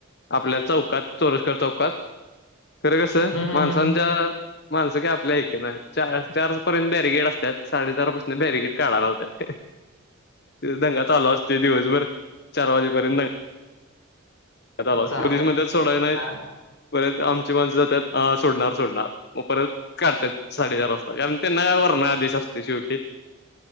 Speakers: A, on the left (about 50°); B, on the left (about 65°).
A: आपल्या चौकात चोरस्कर चौक कात खरं कस
B: हम्म, हम्म,
A: माणसांच्या
B: हम्म.
A: माणसं काय आपल्या ऐक नाही चार चार पर्यंत बॅरिगेट असतात साडेचार पासून बॅरिगेट काढाला लावत्यात. दंगा चालू असते दिवसभर चार वाजेपर्यंत पोलीस
B: चालायचं
A: म्हणत्यात सोडाय नाही.
B: चा-
A: परत आमची माणसं जातात सोडणार सोडणार मग परत करतात साडेचार वाजता कारण त्यांना वरनं आदेश असतोय शेवटी